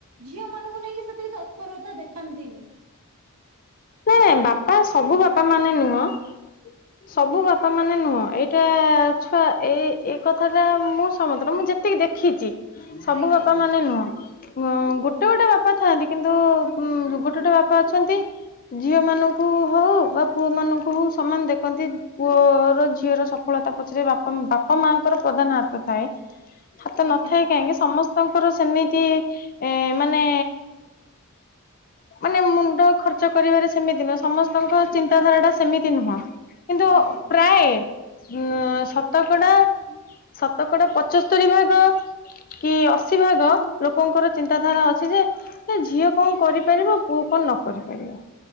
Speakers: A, on the right; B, on the left.
A: ଝିଅ ମାନଙ୍କୁ ନେଇକି ସେତିକି ତତ୍ପରତା ଦେଖାନ୍ତିନି।
B: ଏ ବାପା ସବୁ ବାପା ମାନେ ନୁହଁ। ସବୁ ବାପା ମାନେ ନୁହଁ ଏଇଟା ଛୁଆ ଏ ଏ କଥାଟା ମୁଁ ସହମତରେ ମୁଁ ଯେ ଜେତିକି ଦେଖିଛି ସବୁ
A: ଆଜ୍ଞା
B: ବାପା ମାନେ ନୁହଁ। ଗୋଟେ ଗୋଟେ ବାପା ଥାଆନ୍ତି କିନ୍ତୁ ଗୋଟେ ଗୋଟେ ବାପା ଅଛନ୍ତି। ଝିଅ ମାନଙ୍କୁ ହଉ ବା ପୁଅ ମାନଙ୍କୁ ହଉ ସମାନ ଦେ କୁହନ୍ତି ପୁଅର ଝିଅର ସଫଳତା ପଛରେ ବାପା ବାପା ମାଙ୍କର ପ୍ରଧାନ ହାତ ଥାଏ। ହାତ ନଥାଏ
A: ଆଜ୍ଞା
B: କାହିଁକି ସମସ୍ତଙ୍କର ସେମିତି ଏ ମାନେ ମାନେ ମୁଣ୍ଡ ଖର୍ ଖର୍ଚ୍ଚ କରିବାରେ ସେମିତି ନୁହଁ ସମସ୍ତଙ୍କ ଚିନ୍ତାଧାରା ଟା ସେମିତି ନୁହଁ କିନ୍ତୁ
A: ଆଜ୍ଞା
B: ପ୍ରାୟ ହଁ ଶତକଡା ଶତକଡା ପଚସ୍ତରୀ ଭାଗ କି ଅଶୀ ଭାଗ ଲୋକଙ୍କର ଚିନ୍ତାଧାରା ଅଛି ଯେ ଏ ଝିଅ କଣ କରିପାରିବ ପୁଅ କଣ ନକରି ପାରିବ?